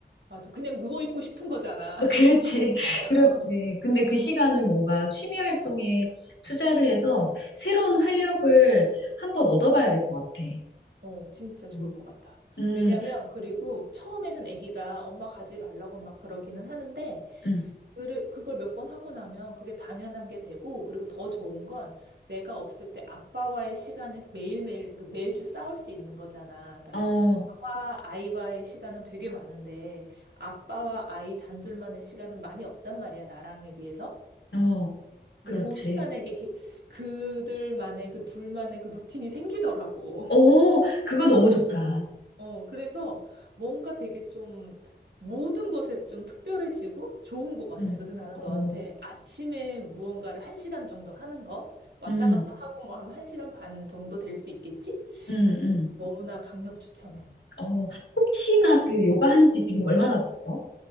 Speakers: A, on the right; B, on the left.
A: 맞아. 그냥 누워있고 싶은 거잖아. <laughs>
B: 어, 그렇지, <laughs>
A: 어.
B: 그렇지. 근데 그 시간을 뭔가 취미 활동에 투자를 해서 새로운 활력을 한번 얻어봐야 될 것 같아.
A: 어, 진짜 좋을
B: 음,
A: 것 같아.
B: 음,
A: 왜냐면, 그리고 처음에는 아기가 엄마 가지 말라고 막 그러기는 하는데,
B: 음.
A: 그를- 그걸 몇 번 하고 나면 그게 당연한 게 되고, 그리고 더 좋은 건 내가 없을 때 아빠와의 시간을 매일매일, 그 매주 싸울 수 있는 거잖아. 그러니까
B: 어,
A: 아빠와 아이와의 시간은 되게 많은데, 아빠와 아이 단둘만의 시간은 많이 없단 말이야, 나랑에 비해서.
B: 어,
A: 근데
B: 그렇지.
A: 그 시간에 이게 그- 그들만의 그 둘만의 그 루틴이 생기더라고. <laughs>
B: 오, 그거 너무
A: 어.
B: 좋다.
A: 어, 그래서 뭔가 되게 좀 모든 것에 좀 특별해지고 좋은 것 같아.
B: 음,
A: 그래서 나는
B: 어,
A: 너한테 아침에 무언가를 한 시간 정도 하는 거 왔다
B: 음,
A: 갔다 하고 뭐 하면 한 시간 반 정도 될 수 있겠지?
B: 음, 음.
A: 너무나 강력 추천해.
B: 어, 혹시나 그 요가 한지 지금 얼마나 됐어?